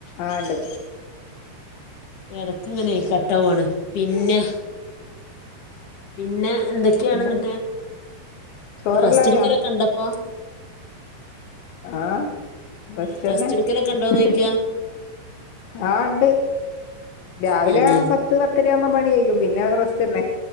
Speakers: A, on the left (about 85°); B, on the left (about 55°).
A: ആ ഇണ്ട്
B: ഇടക് ഇങ്ങനെ കട്ടവാണ് പിന്നെ പിന്നെ എന്തൊക്കെയാണ്
A: പിന്നെ
B: ന്നിട്ട്
A: ചോറല്ലായോ
B: ഡ്രസ്റ്റ് ഇട്ക്കലോണ്ടപ്പോ?
A: ആ റസ്റ്റന്നെ
B: റെസ്റ്റ് എടുക്കലൊക്കെ ഉണ്ടോന്ന്
A: ഹി
B: ചോദിക്കാ
A: ഹി ആ ഇണ്ട് രാവിലെ
B: തന്നെ
A: പത്ത് പത്തര ആവുമ്പോ പണി കെയ്യും പിന്നെ റസ് ന്നെ